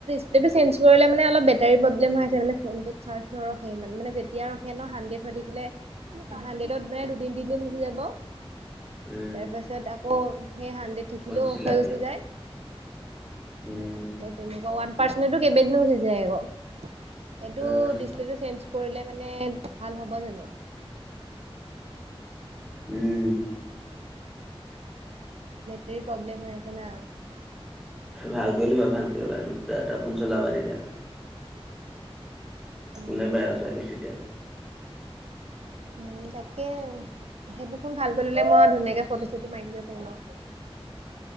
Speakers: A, on the right (about 85°); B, in the centre.
A: সেইটো চেঞ্জ কৰিলে মানে অলপ বে তাই প্ৰব্লেম হৈ আছে মানে ফোনতোত চাৰ্জ নৰখে মানে যেতিয়া ৰখে ন হাড্ৰেড হৈ থাকিলে হাড্ৰেড ত মানে দুদিন তিনিদিন গুচি যাব
B: উম,
A: তাৰ পাছত আকৌ সেই হাড্ৰেড থাকিলেও
B: কৈছিলা
A: অফ হৈ গুচি যায়,
B: উম,
A: সেই তেনেকুৱা পাৰ্চনেলো কেইবদিনো গুছি যায় আকৌ এইটো
B: অ'
A: ডিচপ্লেটো চেঞ্জ কৰিলে মানে ভাল হ'ব জানো?
B: উম।
A: বেটৰীৰ প্ৰব্লেম হৈ আছে না
B: ভাল কৰি লবা ভাল কৰিবা দুটা দুটা ফোন চলাবা তেতিয়া।
A: উম
B: কোনে বায় আৰু ছোৱালীক তেতিয়া
A: উম, তাকে সেইটোখন ভাল কৰি ল'লে, মই ধুনীয়াকে ফটো চটো মাৰি থাকিব পাৰিম আৰু